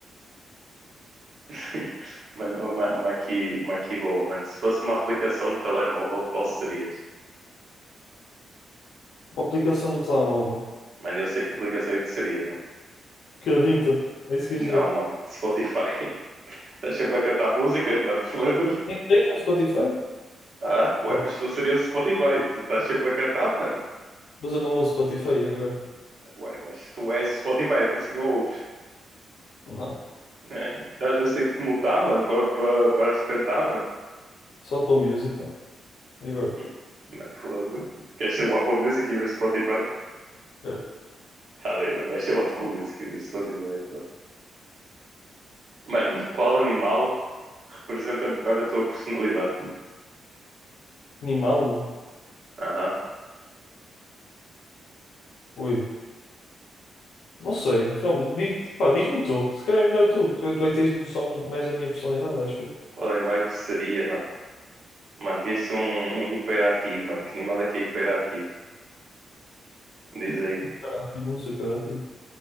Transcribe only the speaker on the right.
<laughs> Mano, uma, uma aqui, uma aqui boa, mano. Se fosse uma aplicação de telemóvel, qual serias?
Mano, eu sei que aplicação é que serias, mano.
Não,
mano. Spotify. <laughs> Estás sempre a cantar músicas, mano. Fogo.
Ah, ué,
mas tu serias o Spotify. Tu estás sempre a cantar, mano.
Ué, mas tu és o Spotify, é por isso que não ouves.
né? Às vezes tenho de te mutar, mano, para para para se cantar, mano.
Hum, Mano, fogo. Queres ser o Apple Music em vez de Spotify?
Tá bem, mano. Vais ser o Apple Music em vez de Spotify, então. Mano, e qual animal representa melhor a tua personalidade?
Aham.
Qual animal é que tu seria, mano? Mano, tinha de ser um, um hiperativo, mano. Que animal é que é hiperativo? Diz aí.